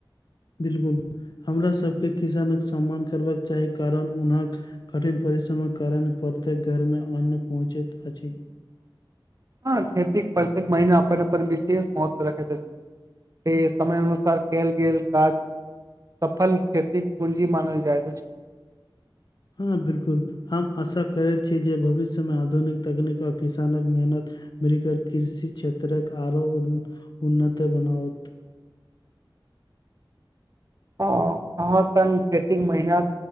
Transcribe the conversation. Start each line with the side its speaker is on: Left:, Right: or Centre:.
Left: बिलकुल, हमरा सबके किसानक सम्मान करबाक चाही कारण हुनक कठिन परिश्रमक कारण प्रत्येक घर मे अन्न पहुँचैत अछि।
Right: हँ खेती प्रत्येक महिना अपन अपन विशेष महत्व रखैत अछि से समय अनुसार कयल गेल काज सफल खेतीक पूंजी मानल जाइत अछि।
Left: हँ बिलकुल। हम आशा करैत छी जे भविष्य मे आधुनिक तकनीक आ किसानक मेहनत मिलि के कृषि क्षेत्र के आरो उन्नति बनाओत।
Right: हँ अहाँ संग खेतीक मेहनत